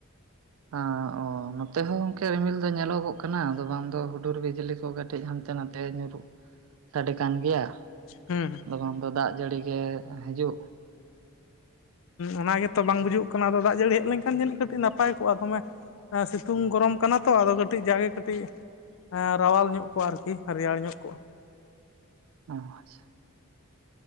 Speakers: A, on the right (about 70°); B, on the left (about 65°).
A: ᱟᱸ ᱚᱛ ᱱᱷᱚᱛᱮ ᱦᱚᱸ ᱜᱚᱝᱠᱮᱠᱮ ᱨᱤᱢᱤᱞ ᱫᱚ ᱧᱮᱞᱚᱜᱚᱜ ᱠᱟᱱᱟ, ᱟᱫᱚ ᱵᱟᱝ ᱫᱚ ᱦᱩᱰᱩᱨ ᱵᱤᱡᱽᱞᱤ ᱠᱚ ᱠᱟᱹᱴᱤᱡ ᱦᱟᱱᱛᱮ ᱱᱟᱛᱮ ᱧᱩᱨᱩᱜ ᱥᱟᱹᱰᱮ ᱠᱟᱱ ᱜᱮᱭᱟ ᱾
B: ᱦᱩᱸᱻ
A: ᱵᱟᱝ ᱫᱚ ᱫᱟᱜ ᱡᱟᱹᱲᱤ ᱜᱮ ᱦᱤᱡᱩᱜ ᱾
B: ᱚᱱᱟ ᱜᱮᱛᱚ ᱵᱟᱝ ᱵᱩᱡᱩ ᱜᱚᱜ ᱠᱟᱱᱟ ᱟᱫᱚ ᱫᱟᱜ ᱡᱟᱹᱲᱤ ᱦᱮᱡ ᱞᱮᱱᱠᱷᱟᱱ ᱡᱟᱹᱱᱤᱡ ᱠᱟᱹᱴᱤᱡ ᱱᱟᱯᱟᱭ ᱠᱚᱜᱼᱟ ᱫᱚᱢᱮ ᱾ ᱥᱤᱛᱩᱝ ᱜᱚᱨᱚᱢ ᱠᱟᱱᱟ ᱛᱚ ᱟᱫᱚ ᱠᱟᱹᱴᱤᱡ ᱡᱟᱜᱮ ᱠᱟᱹᱴᱤᱡ ᱾ ᱦᱮᱸ ᱨᱟᱣᱟᱞ ᱧᱚᱜ ᱠᱚᱜᱼᱟ ᱟᱨᱠᱤ ᱨᱮᱭᱟᱲ ᱧᱚᱜ ᱠᱚᱜᱼᱟ᱾
A: ᱚᱸ ᱟᱪᱪᱷᱟ᱾